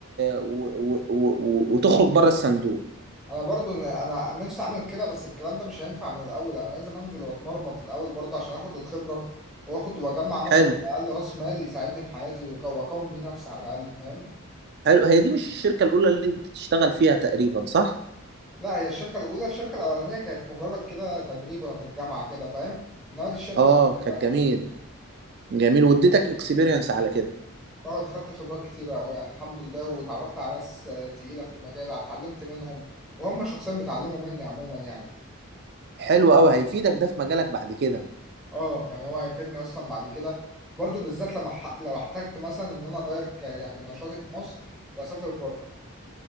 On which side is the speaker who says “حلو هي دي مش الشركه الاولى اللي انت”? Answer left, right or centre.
Right